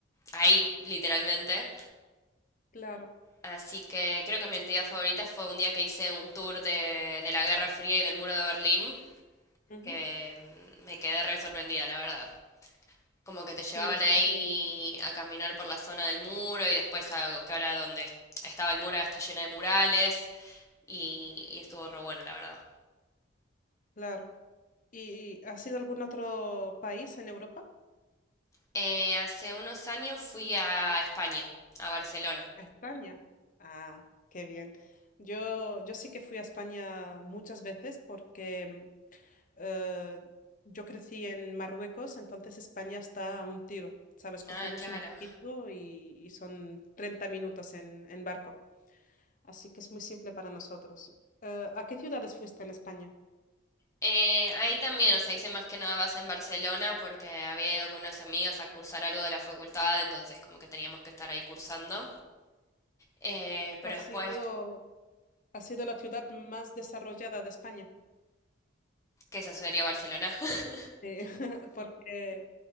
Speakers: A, on the left (about 15°); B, on the left (about 40°).
A: ahí, literalmente.
B: claro.
A: Así que creo que mi actividad favorita fue un día que hice un tour de, de la Guerra Fría y del Muro de Berlín,
B: Ujú,
A: que mm, me quedé re sorprendida, la verdad. Como que te
B: Sí,
A: llevaban
B: es
A: ahí
B: muy triste.
A: a caminar por la zona del muro y después a que ahora donde estaba el muro ahora está llena de murales y, y estuvo re bueno, la verdad.
B: Claro. ¿Y has ido a algún otro país en Europa?
A: Eh, hace unos años fui a España, a Barcelona.
B: A España. Ah, qué bien. Yo, yo sí que fui a España muchas veces porque eh, yo crecí en Marruecos, entonces España está a un tiro, ¿sabes? Cogemos
A: Ah, claro.
B: un barquito y, y son 30 minutos en, en barco. Así que es muy simple para nosotros. Eh, ¿a qué ciudades fuiste en España?
A: Eh, ahí también, o sea, hice más que nada base en Barcelona porque había ido con unas amigas a cursar algo de la facultad, entonces como que teníamos que estar ahí cursando. Eh, pero
B: ¿Has
A: después,
B: ido? Ha sido la ciudad más desarrollada de España,
A: ¿qué se asesoría Barcelona? <laughs>
B: eh, <laughs> porque